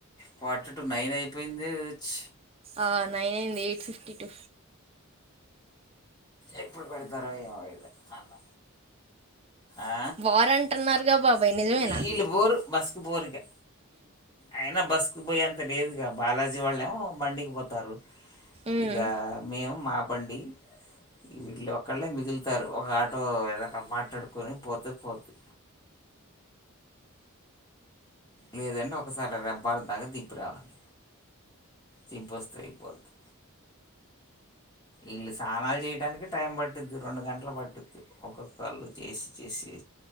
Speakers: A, on the left; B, on the right.
A: ఫార్టీ టు నైన్ అయి పోయిందోచ్
B: ఆ నైన్ అయింది ఎయిట్ ఫిఫ్టీ టు
A: ఎప్పుడు పెడతారో ఏమో వీళ్ళు అన్నం ఆ?
B: వార్ అంటున్నారుగా బాబాయ్ నిజమేనా
A: వీళ్ళు పోరు బస్కు పోరు ఇక అయినా బస్సుకు పోయేంత లేదుగా బాలాజీ వాళ్ళు ఏమో బండికి పోతారు
B: ఉమ్
A: ఇగ మేము మా బండి వీళ్ళు ఒక్కళ్ళే మిగులుతారు ఒక ఆటో ఏదన్నా మాట్లాడుకొని పోతే పోతి లేదంటే ఒకసారి రబ్బాల్ దాగా దింపి రావాలి దింపొస్తే అయిపోతుంది ఈళ్ళు స్నానాలు చేయడానికి టైం పట్టుద్ది రెండు గంటలు పట్డుద్ది ఒక్కొక్కళ్ళు చేసి చేసి